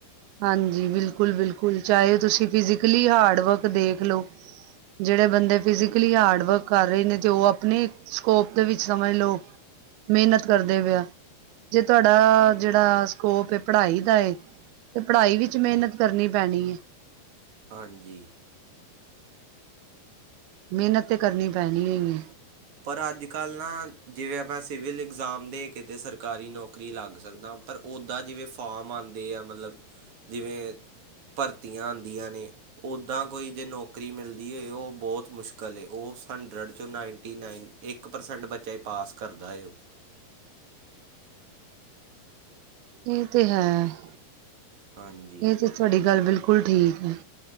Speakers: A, on the right; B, on the right.
A: ਹਾਂਜੀ ਬਿਲਕੁਲ ਬਿਲਕੁਲ ਚਾਹੇ ਤੁਸੀਂ ਫਿਜ਼ਕਲੀ ਹਾਰਡ ਵਰਕ ਦੇਖਲੋ ਜਿਹੜੇ ਬੰਦੇ ਫਿਜ਼ਕਲੀ ਹਾਰਡ ਵਰਕ ਕਰ ਰਹੇ ਨੇ ਤੇ ਉਹ ਆਪਣੇ ਸਕੋਪ ਦੇ ਵਿੱਚ ਸਮਝ ਲਓ ਮਿਹਨਤ ਕਰਦੇ ਪਿਆ ਜੇ ਤੁਹਾਡਾ ਜਿਹੜਾ ਸਕੋਪ ਹੈ ਪੜ੍ਹਾਈ ਦਾ ਏ ਤੇ ਪੜ੍ਹਾਈ ਵਿੱਚ ਮਿਹਨਤ ਕਰਨੀ ਪੈਣੀ ਹੈ।
B: ਹਾਂਜੀ।
A: ਮਿਹਨਤ ਤੇ ਕਰਨੀ ਪੈਣੀਓ ਈ ਹੈ।
B: ਪਰ ਅੱਜ ਕਲ ਨਾ ਜਿਵਾਂ ਐਸੀ ਆਪਾਂ ਸਿਵਿਲ ਈ ਇਗਜ਼ਾਮ ਦੇ ਕੇਤੇ ਸਰਕਾਰੀ ਨੌਕਰੀ ਲੱਗ ਸਕਦਾ ਪਰ ਓਦਾਂ ਜਿਵੇਂ ਫਾਮ ਆਉਂਦੇ ਆ ਮਤਲਬ ਜਿਵੇਂ ਭਰਤੀਆਂ ਆਉਂਦੀਆਂ ਨੇ ਓਦਾਂ ਕੋਈ ਜੇ ਨੌਕਰੀ ਮਿਲਦੀ ਹੋਏ ਉਹ ਬਹੁਤ ਮੁਸ਼ਕਲ ਏ ਉਹ ਹੰਡਰਡ ਚੋਂ ਨਾਈਨ ਟੀ ਨਾਈਨ ਇੱਕ ਪ੍ਰਸੈਂਟ ਬੱਚਾ ਹੀ ਪਾਸ ਕਰਦਾ ਏ
A: ਇਹ ਤੇ ਹੈ।
B: ਹਾਂਜੀ
A: ਇਹ ਤੇ ਤੁਹਾਡੀ ਗੱਲ ਬਿਲ ਕੁਲ ਠੀਕ ਹੈ।